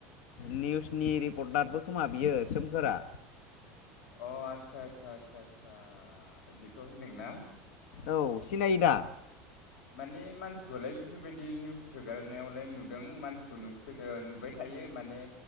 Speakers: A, on the left; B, on the left.
A: निउसनि रिपर्टारबो खोमा बियो सोमखोरा।
B: अ आस्सा आसा आसा आसा बेखौ होनदोंना?
A: औ सिनायो दा?
B: माने मानसिखौलाय बेफोरबायदि निउस होगारनायावलाय नुदों मानसिखौ नुफेर-ओ-नुबाय थायो माने